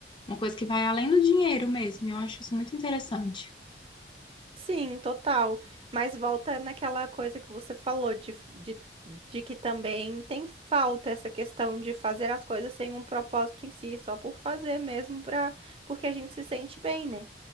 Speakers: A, on the left; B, on the right.
A: uma coisa que vai além do dinheiro mesmo. Eu acho isso muito interessante.
B: Sim, total. Mas volta naquela coisa que você falou de, de, de que também tem falta essa questão de fazer as coisas sem um propósito em si, só por fazer mesmo, pra, porque a gente se sente bem, né?